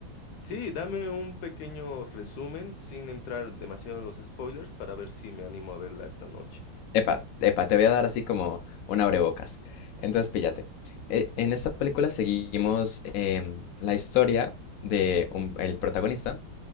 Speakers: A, on the left; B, on the left.
A: Sí, dame un pequeño resumen sin entrar demasiado en los spoilers para ver si me animo a verla esta noche.
B: Epa, epa, te voy a dar así como un abrebocas. Entonces, píllate. Eh, en esta película seguimos em, la historia de un- el protagonista